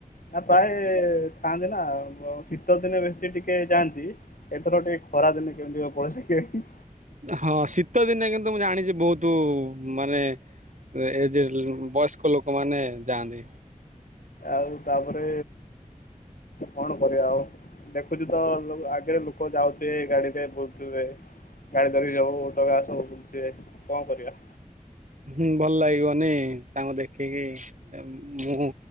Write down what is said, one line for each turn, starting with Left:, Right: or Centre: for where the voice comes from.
Left: ନା ପ୍ରାୟ କାନ୍ଦେନା ଶୀତ ଦିନେ ବେଶୀ ଟିକେ ଯାଆନ୍ତି। ଏଥର ଟିକେ ଖରା ଦିନେ କେମିତି କଁ ପଳେଇଲେ କେଜାଣି?
Right: ହଁ ଶୀତ ଦିନେ କିନ୍ତୁ ମୁଁ ଜାଣିଛି ବହୁତ ମାନେ ଏଯେ ହେଇ ବୟସ୍କ ଲୋକମାନେେ ଯାଆନ୍ତି।
Left: ଆଉ ତାପରେ କଣ କରିବା ଆଉ ଦେଖୁଛୁ ତ ଆଗରେ ଲୋକ ଯାଉଥିବେ ଗାଡିରେ ବୁଲୁଥିବେ ଗାଡି ଧରିକି <unintelligible> ବୁଲୁଥିବେ କଣ କରିବା
Right: ହୁଁ ଭଲ ଲାଗିବନି ତାଙ୍କୁ ଦେଖିକି ମୁଁ